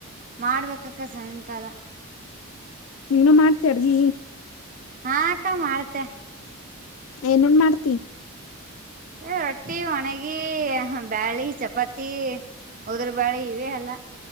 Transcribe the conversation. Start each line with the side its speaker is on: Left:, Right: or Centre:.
Right: ಮಾಡ್ಬೇಕ್ಕ ಸಾಯಂಕಾಲ
Left: ನೀನು ಮಾಡ್ತೀರಿ
Right: ಹಾ ಅಕ್ಕ ಮಾಡ್ತೆ
Left: ಏನನ್ ಮಾಡ್ತಿ
Right: ಅ ರೊಟ್ಟಿ ಒಣಗಿ ಬ್ಯಾಳಿ ಚಪಾತಿ ಹುಡ್ರು ಬಾಳೆ ಇವೆ ಅಲ್ಲ